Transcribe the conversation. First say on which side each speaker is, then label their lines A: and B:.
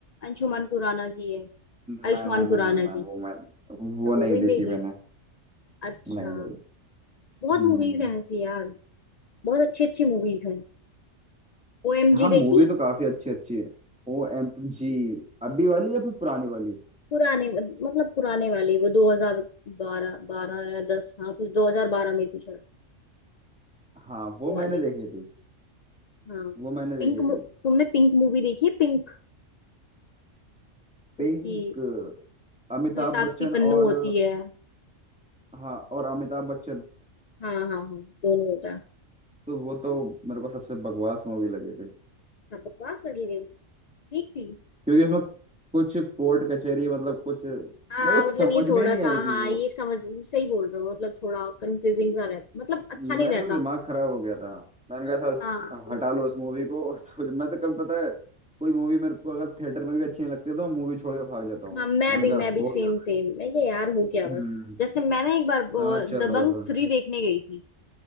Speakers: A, on the left; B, in the centre.
A: अंशुमान खुराना की है आयुष्मान
B: ना ना ना
A: खुराना
B: ना ना
A: की
B: वो मैं वो
A: तो वो
B: नहीं
A: भी नहीं
B: देखी
A: देखी
B: मैंने
A: अच्छा
B: नहीं
A: बहुत
B: भाई
A: मूवीज हैं ऐसी यार बहुत अच्छी अच्छी मूवीज हैं ओएमजी
B: हाँ मूवी
A: देखी
B: तो काफी अच्छी अच्छी है ओ एम जी अभी वाली या फिर पुरानी वाली
A: पुराने मतलब पुराने वाले वो 2012 12 या 10 हाँ कुछ 2012 में थी शायद
B: हाँ वो
A: वो वाले
B: मैंने देखी थी
A: हाँ
B: वो मैंने
A: पिंक
B: देखी
A: मु-
B: थी
A: तुमने पिंक मूवी देखी है पिंक
B: पिंक
A: उसकी
B: अमिताभ
A: उसमें तापसी
B: बच्चन
A: पन्नू
B: और
A: होती है
B: हाँ और अमिताभ बच्चन
A: हाँ हाँ हाँ दोनों होता है
B: तो वो तो मेरे को सबसे बकवास मूवी लगी थी
A: अच्छा, बकवास लगी रही ठीक थी
B: क्योंकि उसमें कुछ कोर्ट कचहरी मतलब कुछ मेरे
A: हाँ
B: को
A: मतलब
B: समझ
A: ये थोड़ा
B: में नहीं
A: सा
B: आई
A: हाँ
B: थी वो
A: ये समझ सही बोल रहे हो मतलब थोड़ा कंफ्यूजिंग सा रहता मतलब अच्छा
B: मैं
A: नहीं रहता
B: तो दिमाग खराब हो गया था मैंने कहा साल
A: हाँ
B: हटा लो इस मूवी को <laughs> तो मैं तो कभी पता है कोई मूवी मेरे को अगर थिएटर में भी अच्छी नहीं लगती है, तो मूवी छोड़ के भाग जाता हूँ
A: हाँ
B: मैं
A: मैं
B: मैंने
A: भी
B: कहा
A: मैं भी
B: हो
A: सेम
B: गया
A: सेम मैं क्या यार हो गया
B: हम्म
A: बस जैसे मैं ना एक बार वो
B: मैंने कहा चलो
A: दबंग
B: अब यहाँ
A: थ्री
B: से
A: देखने गई थी